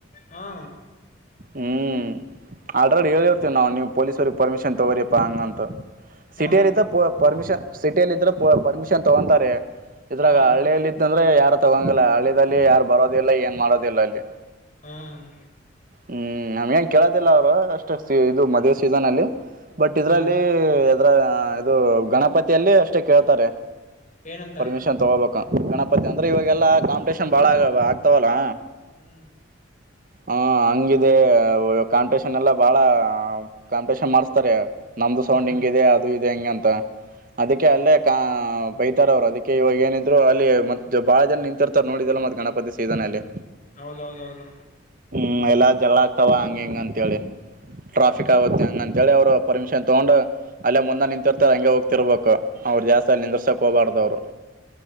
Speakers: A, on the left (about 40°); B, on the right (about 45°).
A: ಹಾ
B: ಹ್ಮ್ ಆಲ್ರೆಡಿ ಹೇಳಿರ್ತೀವ ನಾವು ನೀವು ಪೊಲೀಸ್ವ್ರರಿಗೆ ಪರ್ಮಿಷನ್ ತಗೋರಿಪ್ಪಾ ಹಂಗ ಅಂತ ಸಿಟಿಯಲ್ಲಿದ್ದ
A: ಹಾ
B: ಪರ್ಮಿಷನ್ ಸಿಟಿಯಲ್ಲಿ ಇದ್ರೆ ಪರ್ಮಿಷನ್ ತಗೊಂತಾರೆ ಇದ್ರಾಗ
A: ಹಾ
B: ಹಳ್ಳಿಯಲ್ಲ ಇದ್ದಂದ್ರೆ ಯಾರ ತಗೊಂಗಲ್ಲ ಹಳ್ಳಿಲ್ಲಿ ಯಾರು ಬರೋದಿಲ್ಲ ಏನ್ ಮಾಡೋದಿಲ್ಲ ಅಲ್ಲಿ
A: ಹ್ಮ್
B: ಹ್ಮ್ ನಮ್ಗೆ ಹೆಂಗ ಕೇಳೋದಿಲ್ಲ ಅವ್ರು ಅಷ್ಟ ಇದು ಮದ್ ಸೀಸನ್ ಅಲ್ಲಿ ಬಟ್ ಇದ್ರಲ್ಲಿ
A: ಹಾ
B: ಅ್ರ ಇದು ಗಣಪತಿಯಲ್ಲಿ ಅಷ್ಟೇ ಕೇಳ್ತಾರೆ
A: ಏನಂತ
B: ಪರ್ಮಿಷನ್ ತಗಬೇಕಕ್ಕ ಗಣಪತಿ ಅಂದ್ರೆ ಇವಾಗೆಲ್ಲಾ ಕಾಂಪಿಟೇಷನ್ ಬಾಳ ಆಗ್ತವಲ್ಲಾ
A: ಹ್ಮ್
B: ಹ ಹಂಗಿದೆ ಕಾಂಪಿಟೇಷನ್ ಎಲ್ಲಾ ಬಾಳ ಕಾಂಪಿಟೇಷನ್ ಮಾಡಸ್ತಾರೆ ನಮ್ದು
A: ಹ್ಮ್
B: ಸೌಂಡ್ ಹಿಂಗ ಇದೆ ಅದು ಇದೆ ಹೆಂಗಂತ
A: ಹ್ಮ್
B: ಅದಕ್ಕೆ
A: ಹ್ಮ್
B: ಅಲ್ಲೇ ಕ ಬೈತಾರ ಅವ್ರು ಅದಕ್ಕೆ ಇವಾಗ ಏನಿದ್ರು ಅಲ್ಲಿ ಮತ್ತ ಬಹಳ ಜನ ನಿಂತಿರ್ತಾರ ನೋಡಿದಲ್ಲ ಮತ್ತ ಗಣಪತಿ ಸೀಸನ್ ಅಲ್ಲಿ
A: ಹೌದೌದೌದು
B: ಹ ಎಲ್ಲಾ ಜಗಳ ಆಗ್ತಾವ ಹಂಗ ಹಿಂಗ ಅಂತ ಹೇಳಿ ಟ್ರಾಫಿಕ್ ಆಗುತ್ತೆ ಹೆಂಗಂತ ಹೇಳಿ ಅವರು ಪರ್ಮಿಷನ್ ತಗೊಂಡು ಅಲ್ಲೇ ಮುಂದೆ ನಿಂತಿರ್ತಾರೆ ಹಂಗೆ ಹೋಗ್ತಿರ್ಬೇಕು ಅವ್ರು ಜಾಸ್ತಿ ಅಲ್ಲಿ ನಿಂದ್ರಸಕ್ ಹೋಗ್ಬಾರ್ದವ್ರು